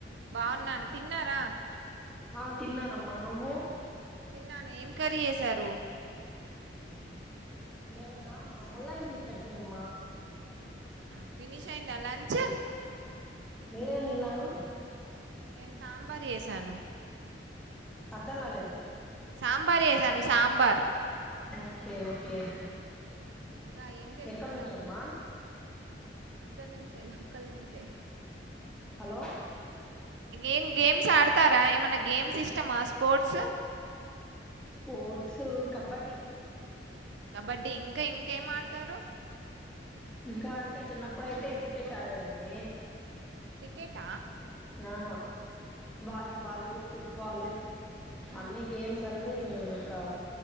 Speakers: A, on the right; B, in the centre.
A: బాగున్నాను తిన్నారా
B: ఆ తిన్నానమ్మా నువ్వు
A: తిన్నాను ఏం కర్రీ చేసారు
B: నేనా ములంగి చట్నీ అమ్మా
A: ఆ ఫినిష్ అయిందా లంచ్
B: మెరెంథిన్నారు
A: నేను సాంబార్ చెసాను
B: అర్ధం కాలేదు
A: సాంబార్ చెసాను సాంబార్
B: ఓకే ఓకే
A: ఇంకా ఏం చేస్తున్నారు
B: ఎక్కడి నుంచమ్మా
A: ఇక్కడ నుంచే లోకల్ నుంచే
B: హలో
A: ఏం గేమ్స్ ఆడతారా ఏమన్నా గేమ్స్ ఇష్టమా స్పోర్ట్స్
B: స్పోోర్ట్స్ కబడి
A: కబడ్డీ ఇంకా ఇంకేం ఆడతారు
B: ఇంకా అంటే చిన్నప్పుడుయితే క్రికెట్ ఆడేదాన్ని
A: క్రికెట
B: ఆ వాలీబాలు
A: ఇంకా
B: ఫుట్బాలు
A: ఉమ్
B: అన్ని గేమ్స్ అ అనిఇంకా